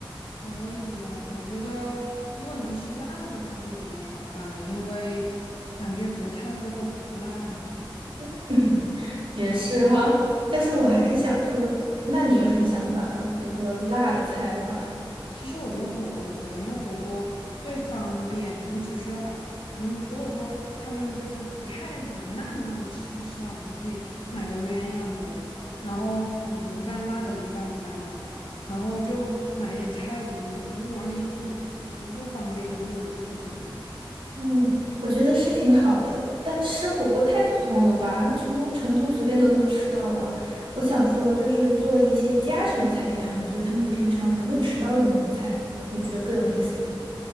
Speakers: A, on the left (about 85°); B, on the right (about 85°).
A: 可以呀，我觉得如果能吃辣的话就比较好办了，因为感觉不太会做不辣的。
B: <laughs> <clears throat> 也是哈，但是我还是想说，那你有什么想法吗？比如说辣的菜的话，
A: 其实我觉得火锅的最好，因为火锅最方便。我们只需要把我们如果说他们就是不太能那么那么持续吃辣，我们就可以买个鸳鸯锅，然后嗯一半辣的，一半不辣的嘛啊，然后就买一点菜什么，就就就往里煮就行了，就又方便又又有特色嘛。
B: 嗯，我觉得是挺好的，但是火锅太普通了吧？那成都成都随便都能吃到啊。我想说，就是做一些家常菜给他们，就是他们平常不会吃到的那种菜，你不觉得更有意思吗？